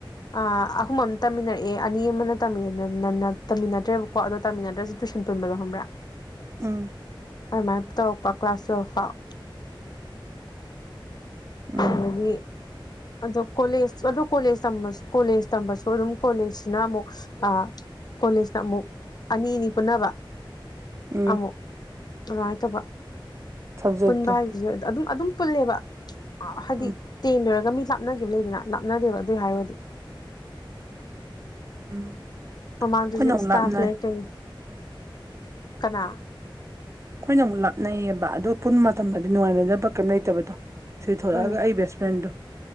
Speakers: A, on the left; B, on the right.
A: ꯑ ꯑꯍꯨꯝ ꯑꯝꯇꯝꯃꯤꯟꯅꯔꯛꯑꯦ ꯑꯅꯤ ꯑꯃꯅ ꯇꯝꯃꯤꯟꯅ-ꯅ-ꯅ ꯇꯝꯃꯤꯅꯗ꯭ꯔꯦꯕꯀꯣ ꯑꯗꯣ ꯇꯝꯃꯤꯟꯅꯗ꯭ꯔꯁꯨ ꯇꯨꯏꯁꯟ ꯄꯨꯟꯕꯗꯣ ꯈꯪꯕ꯭ꯔꯥ
B: ꯎꯝ
A: ꯃꯥꯏ ꯃꯥꯏꯅ ꯇꯧꯔꯛꯄ ꯀ꯭ꯂꯥꯁ ꯇꯨꯌꯦꯜꯐ ꯐꯥꯎ
B: ꯎꯝ
A: ꯑꯗꯒꯤ ꯑꯗꯨꯛ ꯀꯣꯂꯦꯖ ꯑꯗꯨ ꯀꯣꯂꯦꯖ ꯇꯝ ꯃꯁꯨ ꯀꯣꯂꯦꯖ ꯇꯝꯕꯁꯨ ꯑꯗꯨꯝ ꯀꯣꯂꯦꯖꯁꯤꯅ ꯑꯃꯨꯛ ꯑꯥ ꯀꯣꯂꯦꯖꯇ ꯑꯃꯨꯛ ꯑꯅꯤ ꯑꯅꯤ ꯄꯨꯟꯅꯕ
B: ꯎꯝ
A: ꯑꯃꯨꯛ ꯑꯗꯨꯃꯥꯏꯇꯧꯕ
B: ꯁꯕꯖꯦꯛꯇꯣ
A: ꯄꯨꯟꯕ ꯍꯥꯏꯁꯤꯁꯨ ꯑꯗꯨꯝ ꯑꯗꯨꯝ ꯄꯨꯜꯂꯦꯕ ꯍꯥꯏꯗꯤ
B: ꯎꯝ
A: ꯇꯦꯟ ꯂꯣꯏꯔꯒ ꯃꯤ ꯂꯥꯞꯅꯒꯤꯕ ꯂꯩꯗꯅ ꯂꯥꯞꯅꯗꯦꯕ ꯑꯗꯨꯏ ꯍꯥꯏꯔꯨꯔꯗꯤ
B: ꯎꯝ
A: ꯃꯃꯥꯡꯗꯁꯨ
B: ꯑꯩꯈꯣꯏꯅ
A: ꯏ꯭ꯁꯀ꯭ꯔꯥꯐ
B: ꯑꯃꯨꯛ ꯂꯥꯞꯅꯩ
A: ꯂꯩꯛꯇꯣꯏꯅꯤ ꯀꯅꯥ
B: ꯑꯩꯈꯣꯏꯅ ꯑꯃꯨꯛ ꯂꯥꯞꯅꯩꯌꯦꯕ ꯑꯗꯨ ꯄꯨꯟꯕ ꯃꯇꯝꯗꯗꯤ ꯅꯨꯡꯉꯥꯏꯅꯗꯕ ꯀꯔꯤꯝ ꯂꯩꯇꯕꯗꯣ ꯁꯤ ꯊꯣꯛꯂꯛꯑꯒ
A: ꯎꯝ
B: ꯑꯩ ꯕꯦꯁ ꯐ꯭ꯔꯦꯟꯗꯣ